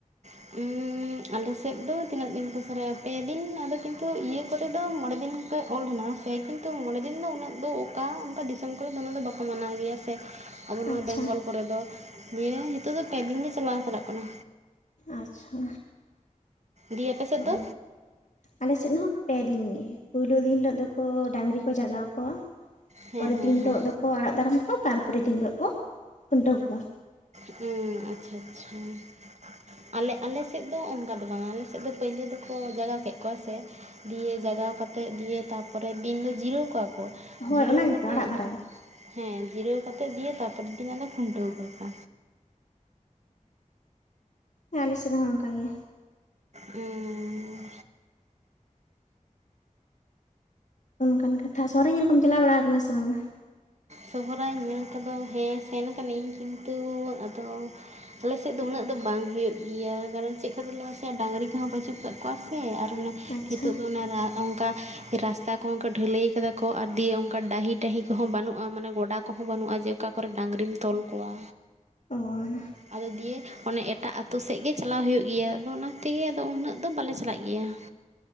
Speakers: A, on the right (about 55°); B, on the left (about 60°).
A: <inaudible> ᱩᱸ ᱟᱞᱮ ᱥᱮᱜ ᱫᱚ ᱛᱤᱱᱟᱹᱜ ᱫᱤᱱ ᱠᱚ ᱥᱚᱨᱟᱭᱚᱜᱼᱟ ᱯᱮ ᱫᱤᱱ ᱟᱫᱚ ᱠᱤᱱᱛᱩ ᱤᱭᱟᱹ ᱠᱚᱨᱮ ᱫᱚ ᱢᱚᱸᱬᱮ ᱫᱤᱱ᱾ ᱯᱮ ᱚᱞ ᱦᱮᱱᱟᱜᱼᱟ ᱥᱮ ᱠᱤᱱᱛᱩ ᱢᱚᱸᱬᱮ ᱫᱤᱱ ᱫᱚ ᱩᱱᱟᱹᱜ ᱫᱚ ᱚᱠᱟ ᱚᱱᱠᱟ ᱫᱤᱥᱚᱢ ᱠᱚᱨᱮ ᱫᱚᱢᱮ ᱫᱚ ᱵᱟᱠᱚ ᱢᱟᱱᱟᱣ ᱜᱮᱭᱟ ᱥᱮ᱾ ᱟᱵᱚ ᱱᱚᱣᱟ
B: ᱟᱪᱪᱷᱟ
A: ᱵᱮᱝᱜᱚᱞ ᱠᱚᱨᱮ ᱫᱚ ᱫᱤᱭᱮ ᱦᱮᱛᱳᱜ ᱫᱚ ᱯᱮ ᱫᱤᱱ ᱜᱮ ᱪᱟᱞᱟᱣ ᱦᱟᱛᱟᱲᱚᱜ ᱠᱟᱱᱟ᱾
B: ᱟᱪᱪᱷᱟ
A: ᱫᱤᱭᱮ ᱟᱯᱮ ᱥᱮᱜ
B: ᱚ
A: ᱫᱚ?
B: ᱟᱞᱮ ᱥᱮᱫ ᱦᱚᱸ ᱯᱮ ᱫᱤᱱ ᱜᱮ, ᱯᱩᱭᱞᱩ ᱫᱤᱱ ᱦᱤᱞᱳᱜ ᱫᱚᱠᱚ ᱰᱟᱹᱝᱨᱤ ᱠᱚ ᱡᱟᱜᱟᱣ ᱠᱚᱣᱟ,
A: ᱦᱮᱸ
B: ᱯᱚᱨᱮᱨ
A: ᱦᱮᱸ
B: ᱫᱤᱱ ᱦᱤᱞᱳᱜ
A: ᱦᱮᱸ
B: ᱫᱚᱠᱚ ᱟᱲᱟᱜ ᱫᱟᱨᱟᱢ ᱠᱚᱣᱟ ᱛᱟᱨᱯᱚᱨᱮ ᱫᱤᱱ ᱦᱤᱞᱳᱜ ᱠᱚ ᱠᱷᱩᱱᱴᱟᱹᱣ ᱠᱚᱣᱟ᱾
A: ᱦᱩᱸ ᱟᱪᱪᱷᱟ ᱟᱪᱪᱷᱟ ᱦᱮᱸ ᱟᱞᱮ ᱟᱞᱮ ᱥᱮᱜ ᱫᱚ ᱚᱝ ᱠᱟ ᱫᱚ ᱵᱟᱝ-ᱟ ᱟᱞᱮ ᱥᱮᱜ ᱫᱚ ᱯᱟᱹᱭᱞᱟᱹ ᱫᱚᱠᱚ ᱡᱟᱜᱟᱣ ᱠᱮᱜ ᱠᱚᱣᱟ ᱥᱮ ᱫᱤᱭᱮ ᱡᱟᱜᱟᱣ ᱠᱟᱛᱮᱫ ᱫᱤᱭᱮ ᱛᱟ ᱯᱚᱨᱮ ᱫᱤᱱ ᱫᱚ ᱡᱤᱨᱟᱹᱣ ᱠᱚᱣᱟ ᱠᱚ
B: ᱦᱳᱭ
A: ᱡᱤᱨᱟᱹᱣ
B: ᱚᱱᱟ ᱜᱮᱛᱚ
A: ᱠᱟᱛᱮᱜ
B: ᱟᱲᱟᱜ ᱫᱟᱨᱟᱢ
A: ᱦᱮᱸ ᱡᱤᱨᱟᱹᱣ ᱠᱟᱛᱮᱜ ᱫᱤᱭᱮ ᱛᱟᱨᱯᱚᱨᱮᱨ ᱫᱤᱱ ᱟᱱᱮ ᱠᱷᱩᱱᱴᱟᱹᱣ ᱠᱟᱠᱚ᱾
B: ᱚᱸ ᱟᱞᱮ ᱥᱮᱜ ᱦᱚᱸ ᱚᱝᱠᱟ ᱜᱮ᱾
A: ᱩᱸᱻ
B: ᱚᱱᱠᱟᱱ ᱠᱟᱛᱷᱟ ᱥᱚᱨᱦᱟᱭ ᱧᱮᱞ ᱠᱚᱢ ᱪᱟᱞᱟᱣ ᱵᱟᱲᱟ ᱠᱟᱱᱟ ᱥᱮ ᱵᱟᱝ-ᱟ?
A: ᱥᱚᱦᱚᱨᱟᱭ ᱧᱮᱞ ᱠᱚᱫᱚ ᱦᱮᱸ ᱥᱮᱱ ᱠᱟᱹᱤᱧ ᱠᱤᱱᱛᱩ ᱟᱫᱚ, ᱟᱞᱮ ᱥᱮᱜ ᱫᱚ ᱩᱱᱟᱹᱜ ᱫᱚ ᱵᱟᱝ ᱦᱩᱭᱩᱜ ᱜᱤᱭᱟ ᱠᱟᱨᱚᱱ ᱪᱮᱜ ᱠᱷᱟᱹᱛᱤᱨ ᱞᱮᱭ ᱢᱮᱥᱮ ᱰᱟᱝᱨᱤ ᱠᱚᱦᱚᱸ ᱯᱟᱹᱪᱩᱜ ᱠᱟᱜ ᱠᱚᱣᱟ ᱥᱮ ᱟᱨ ᱚᱱᱟ
B: ᱟᱪᱪᱷᱟ
A: ᱦᱮᱛᱳᱜ ᱫᱚ ᱚᱱᱟ ᱨᱟᱜ ᱚᱱᱠᱟ ᱨᱟᱥᱛᱟ ᱠᱚᱦᱚᱸ ᱠᱚ ᱵᱷᱟᱹᱞᱟᱹᱭ ᱠᱟᱫᱟ ᱠᱚ ᱟᱨ ᱫᱤᱭᱮ ᱚᱱᱠᱟ ᱰᱟᱦᱤ ᱴᱟᱹᱦᱤ ᱠᱚᱦᱚᱸ ᱵᱟᱩᱜ᱾ <inaudible> ᱢᱟᱱᱮ ᱜᱚᱰᱟ ᱠᱚᱦᱚᱸ ᱵᱟᱹᱱᱩᱜᱼᱟ ᱡᱮ ᱚᱠᱟ ᱠᱚᱨᱮ ᱰᱟᱝᱨᱤᱢ ᱛᱚᱞ ᱠᱚᱣᱟ᱾
B: ᱚ ᱟᱪᱪᱷᱟ
A: ᱟᱫᱚ ᱫᱤᱭᱮ ᱚᱱᱮ ᱮᱴᱟᱜ ᱟᱹᱛᱳ ᱥᱮᱜ ᱜᱮ ᱪᱟᱞᱟᱣ ᱦᱳᱭᱳᱜ ᱜᱤᱭᱟ ᱟᱫᱚ ᱚᱱᱟ ᱛᱮᱜᱮ ᱟᱫᱚ ᱩᱱᱟᱹᱜ ᱫᱚ ᱵᱟᱞᱮ ᱪᱟᱞᱟᱜ ᱜᱮᱭᱟ᱾ <inaudible>